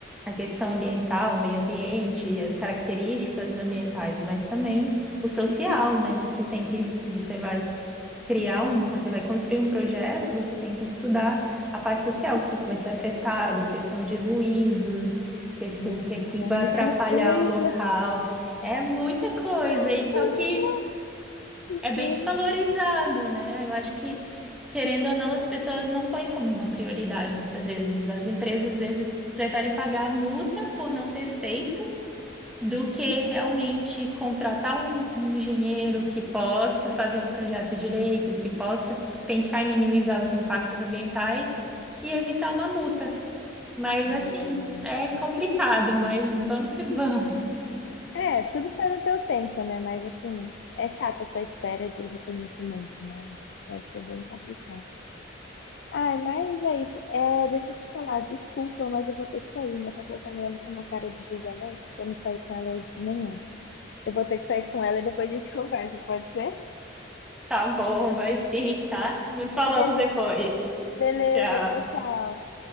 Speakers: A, in the centre; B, on the left (about 60°).
A: a questão ambiental, o meio ambiente, as características ambientais, mas também o social, né? Você tem que, você vai criar um, você vai construir um projeto, você tem que estudar a parte social, o que que vai ser afetado, questão de ruídos, que-
B: Jesus,
A: o que que
B: é
A: vai
B: muita
A: atrapalhar
B: coisa,
A: o local. É muita coisa,
B: <laughs>
A: e só que
B: gente.
A: é bem desvalorizado, né? Eu acho que, querendo ou não, as pessoas não põem como uma prioridade muitas vezes. As empresas, às vezes, preferem pagar a multa por não ter feito do que realmente contratar um, um engenheiro que possa fazer um projeto direito, que possa pensar em minimizar os impactos ambientais e evitar uma multa. Mas
B: Gente.
A: assim, é complicado, mas vamos que vamos.
B: É, tudo tá no teu tempo, né? Mas assim, é chato essa espera de reconhecimento, né? Deve ser bem complicado. Ai, mas é isso. É, deixa eu te falar, desculpa, mas eu vou ter que sair. Minha cachorra tá me olhando com uma cara de julgamento que eu não saí com ela hoje de manhã. Eu vou ter que sair com ela e depois a gente <laughs> conversa, pode ser?
A: Tá bom, vai sim, tá? Nos falamos
B: Beleza.
A: depois.
B: Beleza,
A: Tchau.
B: tchau, tchau.